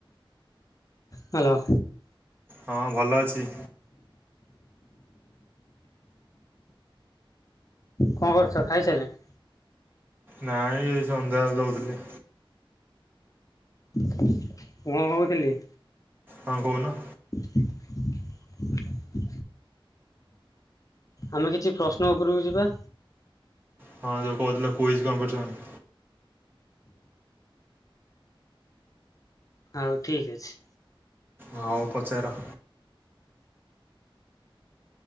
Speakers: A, on the left; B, on the right.
A: ହ୍ୟାଲୋ।
B: ହଁ ଭଲ ଅଛି।
A: କଣ କରୁଛ ଖାଇସାରିଲଣି?
B: ନାଇଁ ଏଇ ସନ୍ଧ୍ୟା ଦଉଥିଲି।
A: ମୁଁ କଣ କହୁଥିଲି?
B: ହଁ କହୁନ
A: <unintelligible> ଆମେ କିଛି ପ୍ରଶ୍ନ ଉପରକୁ ଯିବା।
B: ହଁ ଯୋଉ କହୁଥିଲ କୁଇଜ୍ କମ୍ପିଟିସନ
A: ଆଉ ଠିକ ଅଛି।
B: ହଉ ପଚାର